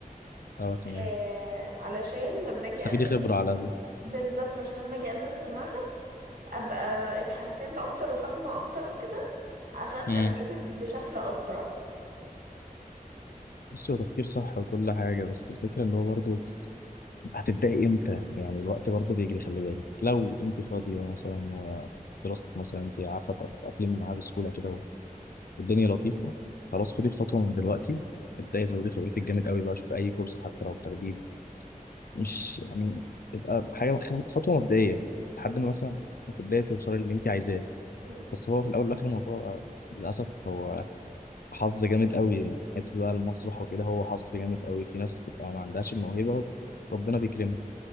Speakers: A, on the left; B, on the right.
A: أه تمام
B: آه، علشان لما اجي
A: تستفيدي
B: اقدم
A: خبرة على الأقل
B: بالظبط عشان لما اجي اقدم في المعهد ابقى اتحسنت اكتر وفاهمة اكتر وكده عشان
A: امم
B: اتقبل بشكل اسرع
A: بصي هو تفكير صح وكل حاجة بس الفكرة إن هو برضه هتبدأي إمتى؟ يعني الوقت برضه بيجري خلي بالك لو أنت فاضية مثلا ودراستك مثلا أنت عارفة تتأقلمي معاها بسهولة كده والدنيا لطيفه خلاص خدي الخطوه من دلوقتي ابداي زودي خبرتك جامد قوي بقى شوفي اي كورس حتى لو تدريب مش يعني تبقى حاجه خطوه مبدئيه لحد ما مثلا في البدايه توصلي للي انت عايزاه
B: مم.
A: بس هو في الاول والاخر الموضوع للاسف هو حظ جامد قوي حته بقى المسرح وكده هو حظ جامد قوي في ناس بتبقى ما عندهاش الموهبه وربنا بيكرمها